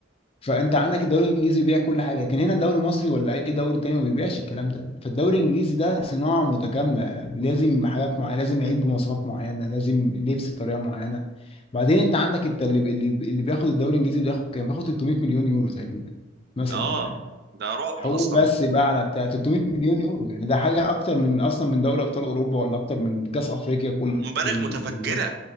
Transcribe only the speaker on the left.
فانت عندك الدوري الانجليزي بيبيع كل حاجه لكن هنا الدوري المصري ولا اي دوري تاني ما بيبيعش الكلام ده فالدوري الانجليزي ده صناعه متكامله لازم حاجات معينه لازم لعيب بمواصفات معينه لازم لبس بطريقه معينه بعدين انت عندك انت اللي اللي, اللي بياخد الدوري الانجليزي اللي بياخد كام بياخد 300 مليون يورو تقريبا مثلا
يعني
حقوق
بس بقى على بتاع 300 مليون يورو يعني ده حاجه اكتر من اصلا من دوري ابطال اوروبا ولا اكتر من كاس افريقيا كله
اللي
يعني